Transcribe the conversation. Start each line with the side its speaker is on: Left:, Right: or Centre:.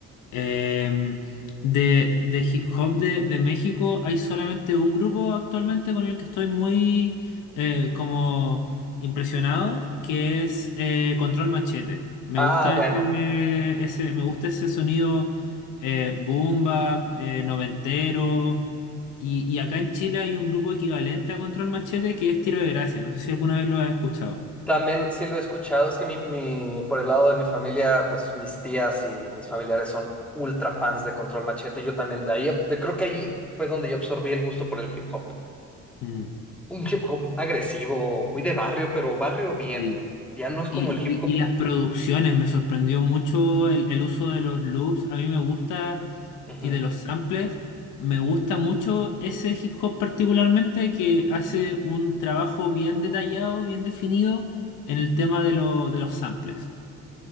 Left: Em, de, de hip hop de, de México hay solamente un grupo actualmente con el que estoy muy eh, como impresionado, que es eh, Control Machete. Me
Centre: Ah,
Left: gusta
Centre: bueno.
Left: ese, ese- me gusta ese sonido eh, boom bap, eh, noventero. Y, y acá en Chile hay un grupo equivalente a Control Machete que es Tiro de Gracia. No sé si alguna vez lo has escuchado.
Centre: También sí lo he escuchado, es que mi, mi- por el lado de mi familia, pues mis tías y mis familiares son ultra fans de Control Machete, yo también de ahí, de- creo que ahí fue donde yo absorbí el gusto por el hip hop.
Left: Mm,
Centre: un hip hop agresivo, muy de barrio, pero barrio bien.
Left: sí.
Centre: Ya no es como
Left: Y,
Centre: el hip hop.
Left: y- y las producciones, me sorprendió mucho el, el uso de los loops, a mí me gusta,
Centre: Ujú.
Left: y de los samples, me gusta mucho ese hip hop particularmente que hace un trabajo bien detallado, bien definido en el tema de, lo- de los samples.